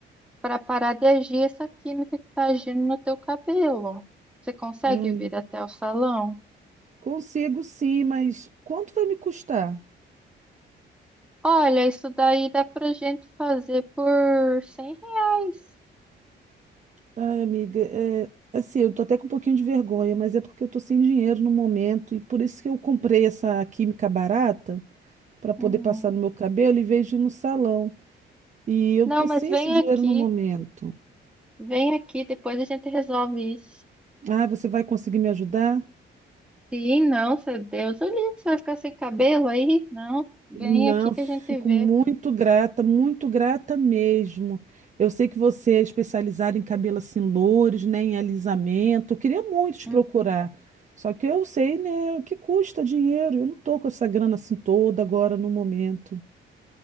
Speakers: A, in the centre; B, on the right.
A: para parar de agir essa química que está agindo no teu cabelo. Você consegue
B: Ai,
A: vir até o salão?
B: consigo sim, mas quanto vai me custar?
A: Olha, isso daí dá pra gente fazer por 100 reais.
B: Ai, amiga, é... assim, eu tô até com um pouquinho de vergonha, mas é porque eu tô sem dinheiro no momento e por isso que eu comprei essa química barata pra poder
A: Hum,
B: passar no meu cabelo em vez de ir no salão. E eu
A: Não,
B: tô
A: mas
B: sem
A: vem
B: esse dinheiro
A: aqui.
B: no momento.
A: Vem aqui, depois a gente resolve isso.
B: Ah, você vai conseguir me ajudar?
A: Sim, não, seu Deus, o livro, você vai ficar sem cabelo aí? Não, vem
B: Não,
A: aqui que
B: fico
A: a gente vê.
B: muito grata, muito grata mesmo. Eu sei que você é especializada em cabelo assim, louros, né, em alisamento. Eu queria muito te
A: uhum,
B: procurar. Só que eu sei, né, o que custa dinheiro. Eu não tô com essa grana assim toda agora no momento.